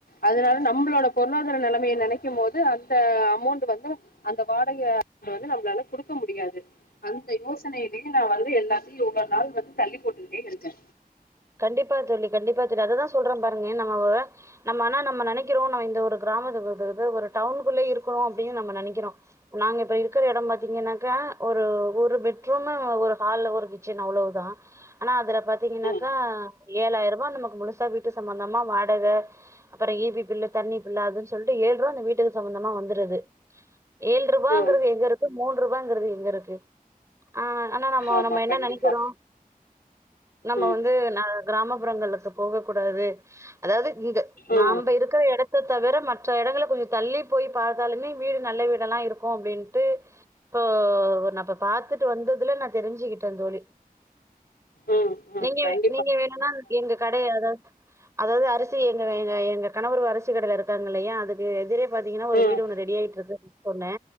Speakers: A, on the left (about 85°); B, on the right (about 20°).
A: அதுனால நம்மளோட பொருளாதார நெலமைய நெனைக்கும் போது அந்த அமௌண்ட் வந்து அந்த வாடகைய <unintelligible> நம்மளால கொடுக் க முடியாது அந்த யோசனையிலேயே நா வந்து எந் சகி யுகநாள் வந்து தள்ளி போட்டுட்டே இருங்க
B: கண்டிப்பா தோழி கண்டிப்பா தோழி, அததான் சொல்றேன் பாருங்க எ நம்மவ நம்ம ஆனா நம்ம நெனைக்கறோம் நம்ம இந்த ஒரு கிராமத்துக்கு, இது து ஒரு டவுனுக்குள்ளே இருக்கணும் அப்டின்னு நம்ம நெனைக்கிறோம் நாங்க இப்ப இருக்கிற இடம் பாத்தீங்கன்னாக்கா, ஒரு ஒரு பெட்ரூமு ஒரு ஹால்ல ஒரு கிச்சன் அவ்வளவுதான். ஆனா அதுல பாத்தீங்க க்
A: ம்
B: ஏழாயிர்ருபா நமக் முழுசா வீட்டு சம்பந்தமா வாடகை அப்புறம் ஈபி பில்லு தண்ணி பில்லு அதுன்னு சொல்லிட்டு ஏழ்ருவா அந்த வீட்டுக்கு சம்பந்தமா வந்துடுது ஏழ்ரூபாங்கிறது
A: ம்
B: எங்க இருக்கு மூன் ரூ வாங்கிறது எங்க இருக்கு ஆஹ் ஆனா நம்ம
A: ஆமா
B: நம்ம என்ன
A: கண்டிப்பா
B: நெனைக்கிறோ நம்ம
A: ம்
B: வந்து து கிராமப்புறங்களுக்கு போகக் கூடாது அதாவது இந்த நாம
A: ம்
B: இருக்கற இடத் த்த தவிர மற்ற இடங்கள கொஞ்சம் தள்ளி போய் பாத்தாலுமே வீடு நல்ல வீடா எல்லா இருக்கும் அப்டின்ட்டு, இப்போ நான் இப்ப பாத்துட்டு வந்ததுல நான் தெரிஞ்சுக்கிட்டேன் தோழி
A: உம் உம்
B: நீங்க
A: கண்
B: நீங்க வேணும்னா எங்க கடய, அதாவ அதாவது அரிசி எங்க எங்க கணவரு அரிசி கடேல இருக்காங்க இல்லையா அதுக்கு எதிரே பாத்தீங்கன்னா ஒரு
A: ம்
B: வீடு ஒன்னு ரெடி ஆயிட்டு இருக்கு சொன்னே